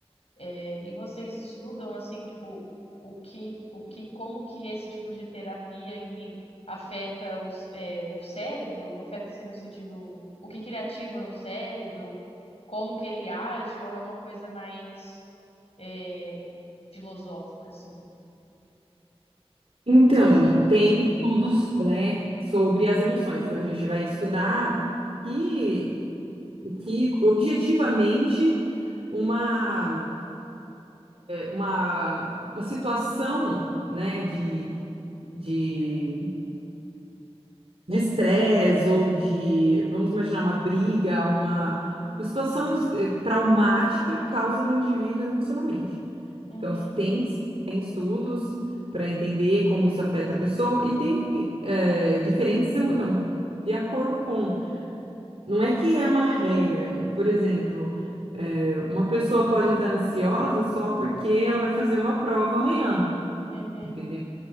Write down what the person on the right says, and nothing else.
Então,
tem estudos, né, sobre as emoções. Então, a gente vai estudar. que que objetivamente uma, uma, uma situação, né, de, de, de estresse ou de, vamos imaginar, uma briga, uma, uma situação eh, traumática causa no indivíduo emocionalmente.
Então, tem, tem estudos para entender como isso afeta a pessoa e tem eh, diferentes emoções. de acordo com Não é que é uma regra. Por exemplo, é, uma pessoa pode estar ansiosa só porque ela vai fazer uma prova amanhã,
entendeu?